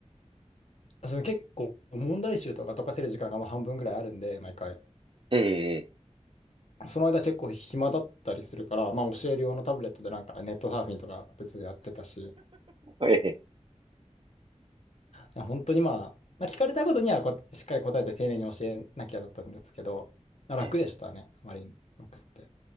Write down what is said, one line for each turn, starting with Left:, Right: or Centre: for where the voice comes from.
Left: その結構問題集とか解かせる時間がまあ半分ぐらいあるんで、毎回。
Right: ええ
Left: その間結構暇だったりするから、まあ教える用のタブレットでなんかネットサーフィンとか別にやってたし、
Right: ええええ
Left: 本当にまあ、まあ、聞かれたことにはこうしっかり答えて丁寧に教えなきゃだったんですけど、まあ楽でしたね、
Right: ええ
Left: あまりによくて。